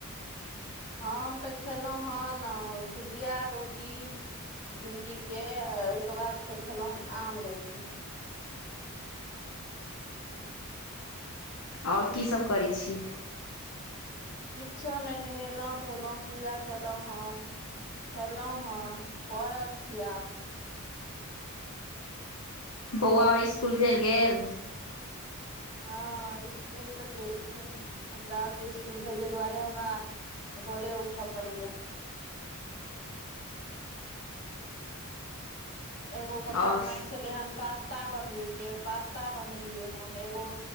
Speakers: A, on the left (about 50°); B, on the left (about 75°).
A: हम तऽ खेलहुॅं हन भुजिया रोटी। भिडी के आ ओहिके बाद फेर खेलहुँ हन आम रोटी।
B: और कि सभ करै छै
A: किछो नहि नहेलहुँ धोलहुँ पूजा केलहूँ हन खेलहुँ हन परल छै आब
B: बौआ आर स्कूल चल गेल
A: हँ स्कूल तऽ चल गेल ओकरा आर स्कूल भेजे दुआरे हमरा भोरे उठ पड़ेया। एगो के
B: आओर
A: फरमाइश एलै हन पास्ता बन बैके पास्ता बनेलियै हन एगो।